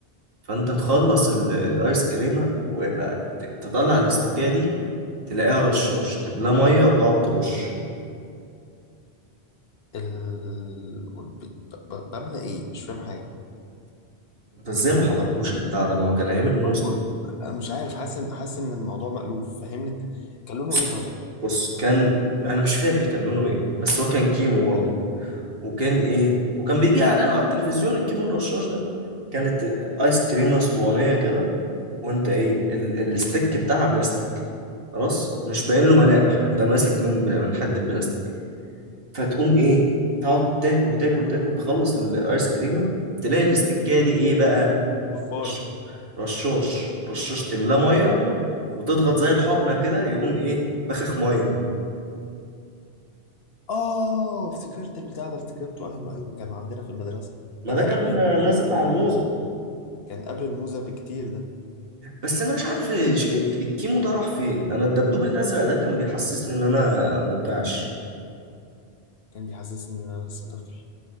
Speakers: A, on the right; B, on the left.
A: فانت تخلص ال- الايس كريمه ويبقى ت- تطلع الاستكايه دي تلاقيها رشاش تملاه ميه وتقعد ترش
B: ال... ب- ب- بملى ايه مش فاهم حاجه
A: انت ازاي ما حضرتوش البتاع ده ما هو كان ايام الموزه
B: قول قول مش عارف حاسس ان حاسس ان الموضوع مألوف فهمني كان لونه
A: بص
B: ايه طيب
A: بص كان انا مش فاكر كان لونه ايه بس هو كان كيمو برضه وكان ايه وكان بيجي اعلانه على التلفزيون الكيمو الرشاش ده كانت ايس كريمه اسطوانيه كده وانت ايه ال- الاستيك بتاعها بلاستيك خلاص مش باين له ملامح انت ماسك من من حته بلاستيك فتقوم ايه تقعد تاكل تاكل تاكل تخلص الايس كريمه تلاقي الاستكايه دي ايه بقى
B: صفاره
A: رش- رشاش رشاش تملاه ميه وتضغط زي الحقنه كده يقوم ايه بخخ ميه
B: اه افتكرت البتاع ده افتكرته ايوه ايوه كان عندنا في المدرسه
A: ما
B: ده
A: ده
B: ده
A: كان
B: قبل الموزه
A: نازل
B: بكتير
A: مع الموزه
B: كان قبل الموزه بكتير ده
A: بس انا مش عارف ش- الكيمو ده راح فين انا الدبدوب الازرق ده كان بيحسسني ان انا منتعش
B: كان بيحسسني ان انا لسه طفل